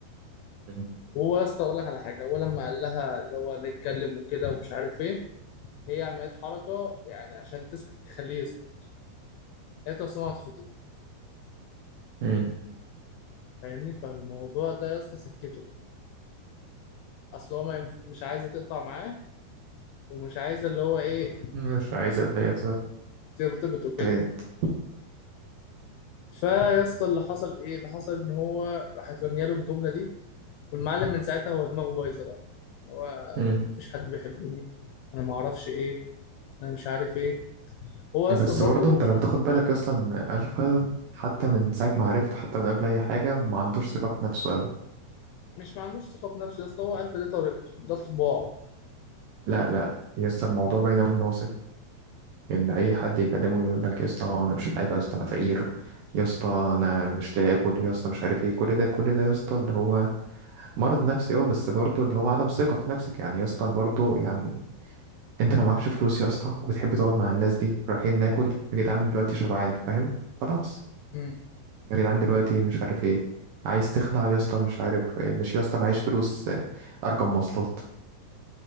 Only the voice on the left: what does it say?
هو يا اسطى اقول لك على حاجه هو لما قال لها اللي هو نتكلم وكده ومش عارف ايه هي عملت حركه يعني عشان تسكت تخليه يسكت قالت له أصل انا هتخطب
فاهمني فالموضوع ده يا اسطى سكته اصل هو ما ينف... مش عايزه تقطع معاه ومش عايزه اللي هو ايه
ترتبط وكده
فيا اسطى اللي حصل ايه اللي حصل ان هو راحت رميه له الجمله دي والمعلم من ساعتها هو دماغه بايظه بقى هو
مفيش حد بيحبني انا ما اعرفش ايه انا مش عارف ايه هو يا اسطى
برضه
مش ما عندوش ثقة في نفسه يا اسطى هو عارف إن دي طريقته ده طباعه
مم.